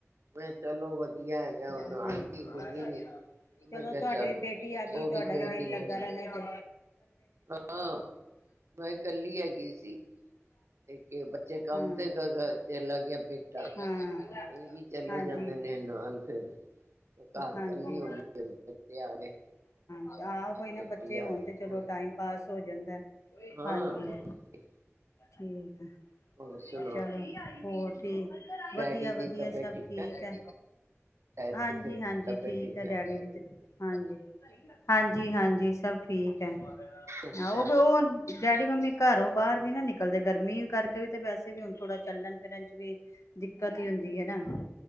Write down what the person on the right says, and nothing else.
ਮੈਂ ਚਲੋ ਵਧੀਆ ਹੈਗਾ ਹੁਣ
ਆ ਗਈ ਗਿੰਨੀ ਵੀ ਮੈਂ
ਕਿਹਾ
ਚੱਲ
ਉਹ
ਦੋ
ਦਿਨ
ਲਗਾ
ਹਾਂ ਮੈਂ ਇਕੱਲੀ ਹੈਗੀ ਸੀ ਤੇ ਬੱਚੇ ਕੰਮ
ਤੇ ਗਏ ਚਲਾ ਗਿਆ ਬੇਟਾ
ਇਹ ਵੀ ਚਲੇ
ਜਾਂਦੇ ਨੇ ਨਾਲ ਫਿਰ। ਘਰ
ਕੱਲੀ ਹੋਣੀ ਤੇ ਆ ਗਏ
ਬੇਟੀ
ਆ
ਗਏ
ਹੋਰ
ਹਾਂ
ਹੋਰ ਕੀ
ਹੋਰ ਸੁਣਾਓ
ਡੈਡੀ
ਦੀ ਤਬੀਅਤ
ਹੈ
ਡੈਡੀ
ਦੀ
ਤਬੀਅਤ
ਹੈ
ਅੱਛਾ
ਹਮ,